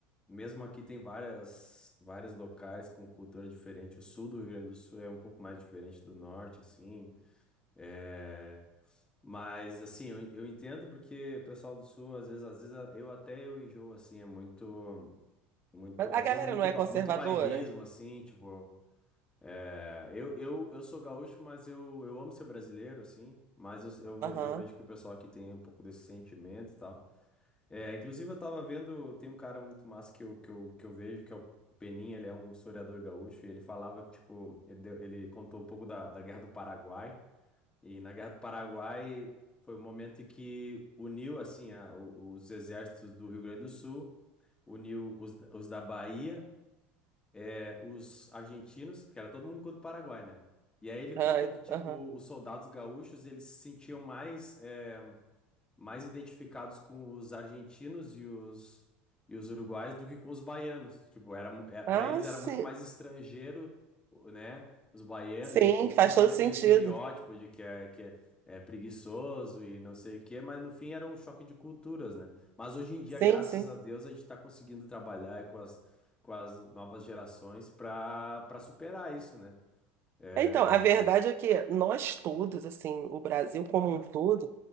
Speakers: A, on the left (about 15°); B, on the right (about 45°).
A: mesmo aqui tem várias, vários locais com cultura diferente. O sul do Rio Grande do Sul é um pouco mais diferente do norte, assim. É, mas assim, eu, eu entendo porque o pessoal do sul, às vezes, às vezes a- eu até eu enjoo, assim, é muito, muito,
B: Mas a
A: às
B: galera
A: vezes muito,
B: não é
A: ba-
B: conservadora?
A: muito bairrismo, assim, tipo. É, eu, eu, eu sou gaúcho, mas eu, eu amo ser brasileiro, assim. Mas eu, eu, ve-
B: Aham.
A: eu vejo que o pessoal aqui tem um pouco desse sentimento e tal. É, inclusive, eu tava vendo, tem um cara muito massa que eu, que eu, que eu vejo, que é o Peninha, ele é um historiador gaúcho, e ele falava que, tipo, ele, deu- ele contou um pouco da, da Guerra do Paraguai. E na Guerra do Paraguai foi o momento em que uniu, assim, a, o- os exércitos do Rio Grande do Sul, uniu os, os da Bahia é, os argentinos, porque era todo mundo contra o Paraguai, né? E aí ele
B: Ai,
A: conta que, tipo,
B: Aham.
A: os soldados gaúchos, eles se sentiam mais. é, mais identificados com os argentinos e os, e os uruguais do que com os baianos. Tipo, era, mu- é, para
B: Ah,
A: eles
B: sim.
A: era muito mais estrangeiro, o- né? Os baianos,
B: Sim,
A: aí te-
B: faz
A: tem, todo
B: todo
A: aquele
B: sentido.
A: estereótipo de que é, que é, é preguiçoso e não sei o quê, mas no fim era um choque de culturas, né? Mas hoje em dia,
B: Sim,
A: graças
B: sim.
A: a Deus, a gente está conseguindo trabalhar com as, com as novas gerações para para superar isso, né? É,
B: Então, a verdade
A: por,
B: é que nós todos, assim, o Brasil como um todo,